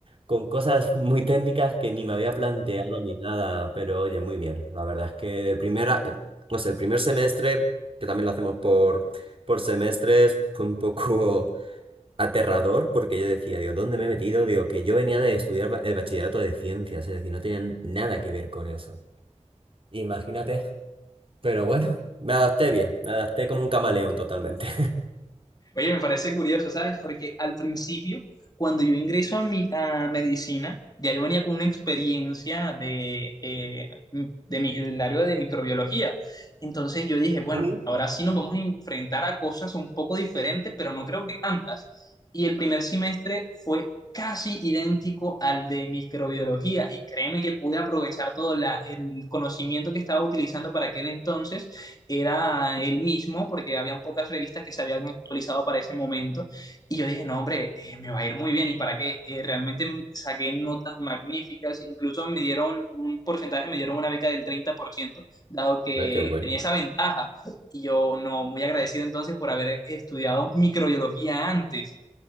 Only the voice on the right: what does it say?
con cosas muy técnicas que ni me había planteado ni nada, pero oye, muy bien. La verdad es que el primer, a- no sé, el primer semestre, que también lo hacemos por, por semestres, fue un poco <laughs> aterrador porque yo decía, Dios, ¿dónde me he metido? Digo, que yo venía de estudiar ba- el bachillerato de ciencias, es decir, no tenía nada que ver con eso. Imagínate pero bueno, me adapté bien, me adapté como un camaleón totalmente.
<laughs>
Ujú.
Ay, qué bueno.